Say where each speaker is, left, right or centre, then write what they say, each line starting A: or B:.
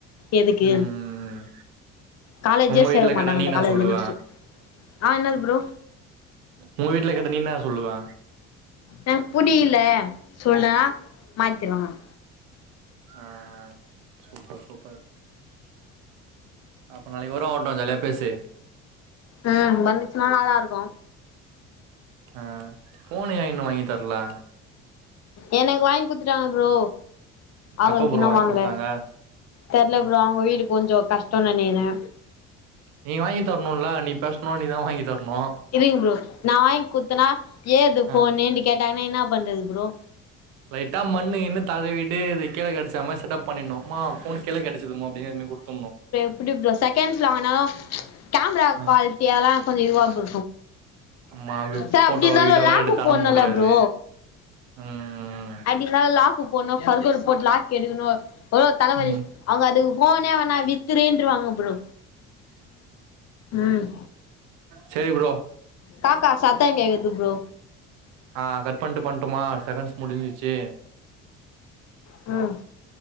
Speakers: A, on the left; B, on the right.
A: எதுக்கு
B: ம் ம்
A: காலேஜே
B: உங்க வீட்ல
A: சேர மாட்டாங்க
B: கேட்டா நீ
A: அந்த
B: என்னா
A: காலேஜ்
B: சொல்லுவ
A: முடிச்ட்டு ஆ என்னது ப்ரோ
B: உங்க வீட்ல கேட்டா நீ என்ன சொல்லுவ
A: எனக்கு புடியில்ல சொன்னா மாத்தி தருவாங்
B: ஆ சூப்பர் சூப்பர் அப்ப நாளைக்கு வருவா அவன்ட்ட ஜாலியா பேசு
A: ம் வந்துச்னா நல்லாருக்கு
B: ஆ ஃபோனு ஏ இன்னு வாங்கி தர்ல
A: எனக்கு வாங்கி குத்துட்டாங்க ஃப்ரோ அவங்களுக்கு
B: எப்ப ப்ரோ
A: இன்னு
B: வாங்கி
A: வாங்கல
B: குடுத்தாங்க
A: தெர்ல ப்ரோ அவ்ங்க வீடு கொஞ்சோ கஷ்டோனு நெனைக்றே
B: நீ வாங்கி தர்ணுல்ல நீ பேஸ்ணு நீ தா வாங்கி தர்ணு
A: இருங்க ப்ரோ நா வாங்கி குத்தனா ஏது ஃபோனுன்டு
B: ஆ
A: கேட்டாங்கன்னா என்னா பண்றது ப்ரோ
B: லைட்டா மண்ணுங்கின்னு தடவிட்டு இது கீழே கெடச்ச மாரி செட்டாப் பண்ணிணுமாம் ஃபோனு கீழ கெடச்சதுமோ அப்டின்னு எடுத்து போய் குட்துண்ணு
A: இப்டி ஃப்ரோ செகண்ட்ஸ் வாங்னாதா கேமரா
B: ஆ
A: குவாலிட்டி அதெல்லா கொஞ்ச இதுவா போ
B: ஆமா அது
A: ச
B: ஃபோட்டோ
A: அப்டிர்ந்தாலு
B: கீட்டோலா
A: லாபுக்கு
B: எடுத்து அனுப்ப
A: போன்னுல்ல
B: முடியாது
A: ப்ரோ
B: ம்
A: அப்டி மேல லாக்கு போட்ணு பர்கர் போட் லாக் எடுக்கணு எவ்ளோ தலவலி
B: ம்
A: அவ்ங்க அதுக்கு ஃபோனே வேணா வித்துறுன்ருவாங்க ப்ரோ ம்
B: சேரி ப்ரோ
A: காக்கா சத்த கேக்குது ஃப்ரோ
B: ஆ கட் பண்ணிட்டு பண்ட்டுமா செகண்ட்ஸ் முடிஞ்சிச்சு
A: ம்